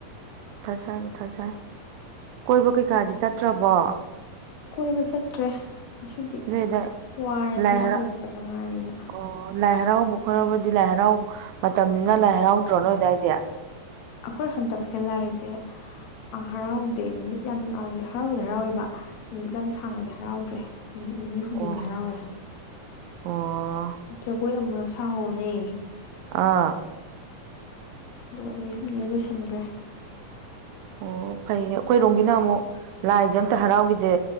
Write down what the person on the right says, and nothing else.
ꯃꯊꯥ ꯁꯥꯏ ꯃꯊꯥ ꯁꯥꯏ ꯀꯣꯏꯕ ꯀꯩꯀꯥꯗꯤ ꯆꯠꯇ꯭ꯔꯕꯣ
ꯅꯣꯏꯗ
ꯂꯥꯏ
ꯍꯔꯥꯎ
ꯑꯣ ꯂꯥꯏ ꯍꯔꯥꯎꯕ ꯈꯣꯠꯂꯔꯕꯗꯤ ꯂꯥꯏ ꯍꯔꯥꯎ ꯃꯇꯝꯅꯤꯅ ꯂꯥꯏ ꯍꯔꯥꯎꯗ꯭ꯔꯣ ꯅꯣꯏ ꯑꯗꯥꯏꯗꯤ
ꯑꯣ
ꯑꯣ
ꯑꯥ
ꯑꯣ ꯐꯩꯌꯦ ꯑꯩꯈꯣꯏꯔꯣꯝꯒꯤꯅ ꯑꯃꯨꯛ ꯂꯥꯏꯖꯦ ꯑꯝꯇ ꯍꯔꯥꯎꯒꯤꯗꯦ